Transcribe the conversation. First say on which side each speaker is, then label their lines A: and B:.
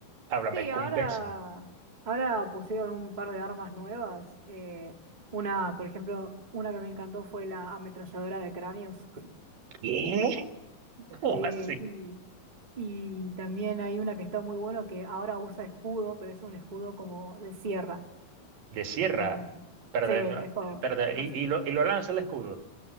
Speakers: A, on the right; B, on the right.
A: Háblame,
B: Sí,
A: convénceme.
B: ahora, ahora pusieron un par de armas nuevas. eh, una, por ejemplo, una que me encantó fue la ametralladora de cráneos.
A: ¿Qué? <laughs> ¿Cómo
B: Sí,
A: así?
B: y, y también hay una que está muy bueno que ahora usa escudo, pero es un escudo como de sierra.
A: ¿De sierra?
B: Entonces,
A: Pero,
B: sí,
A: de-
B: es
A: no,
B: como-
A: pero y,
B: o s-
A: y lo, y lo lanza el escudo.